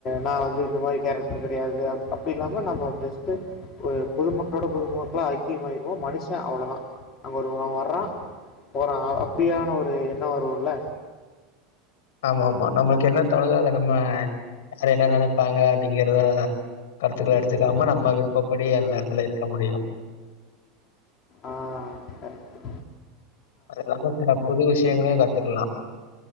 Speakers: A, on the left (about 45°); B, on the left (about 75°).
A: நா வந்து இந்த மாரி கேரக்ட்ரு கெடையாது அ அப்டி இல்லாம நம்ம ஜஸ்ட்டு ஒரு பொதுமக்களோட பொதுமக்களா ஐக்கியமாயிருவோ மனுஷ அவ்ளோ தா அங்க ஒருவ வர்ரா போறா அப்டியான ஒரு எண்ணோ வருல்ல
B: ஆமாமா நமக்கென்ன தோணுதோ அத நம்ம சில என்ன நெனைப்பாங்க அப்டிங்கறத தா கருத்துக்கள எடுத்துக்காம
A: ம்.
B: நம்ம விருப்பப்படி அந்த எடத்துல இருக்க முடியு
A: ஆ கரக்ட்டு
B: அதுல்லாம சில புது விஷ்யங்களயு கத்துக்கலா